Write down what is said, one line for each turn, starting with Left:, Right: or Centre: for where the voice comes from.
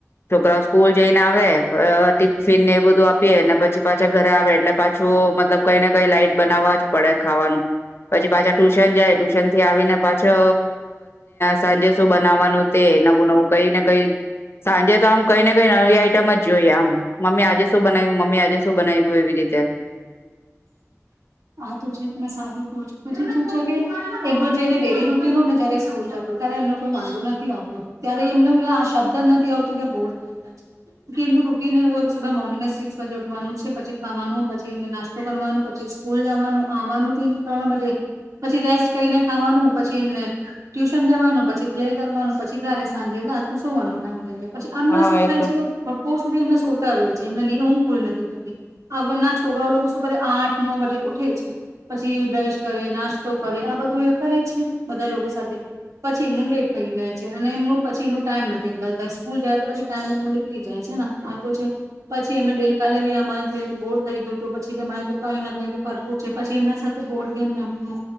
Left: છોકરાઓ સ્કૂલ જઈને આવે અ ટિફિન ને એ બધું આપીએ ને પછી પાછા ઘરે આવે એટલે પાછું મતલબ કઈ લાઈઇટ બનાવા જ પડે ખાવાનું પછી પાછા ટ્યુશન જાય ટ્યુશન થી આવીને પાછો સાંજે શું બનાવવાનું તે નવું નવું કઈ ને કઈ સાંજે તો આમ કઈ ને કઈ નવી આઈટમ જ જોઈએ આમ મમ્મી આજે શું બનાવ્યું મમ્મી આજે શું બનાવ્યું એવી રીતે
Right: આા તો છે તમે સારું છો બી તું છે કે એમડું જે ડેલી રૂટિન ને જયારે સ્કૂલ જાતો ત્યારે એમનો કોઈ વાંધો નથી આવતો ત્યારે એમને આ શબ્દ જ નથી આવતો કે બોર થઈ ગયા છે એમનું રૂટિન એું મોર્નિંગ સિક્સ વાગે ઉઠવાનું છે પછી ખાવાનું પછી એસ્ કરવાનું પછી સ્કૂલ જવાનું આવવાનું ત્રણ બજે પછી રેસ્ટ કરીને ખાવાનું પછી એમને ટ્યુશન જવાનું પછી પ્લે કરવાનું પછી ઘરે સાંજે રાતનું સોવાનું ટાઈમ થઈ જાય પછી આમના
Left: હા
Right: શું થાય
Left: એ તો
Right: છે સુધી એમને સોતા હો છે એ એ હું પૂરી નથી કરતી આના છોકરાઓ લોકો કર આઠ નવ વજે ઉઠે છે પછી બ્રશ કરે નાસ્તો કરે આ બધું કરે છે બધા લોકો સાથે પછી એમનું લેટ થઈ જાય છે અને એમનું પછી એમનું ટાઈમ નથી નીકળતા સ્કૂલ જાય તો પછી ટાઈમ એમ નીકળી જાય છે ને આતો છે પછી એમને ડેલ કાલે બી અમારાથી બોર થઈ ગયોું પછ કે મારે ત કઈ કઈ કરવું છે પછી એમના સાથે બોર્ડ ગેમ રમ્યો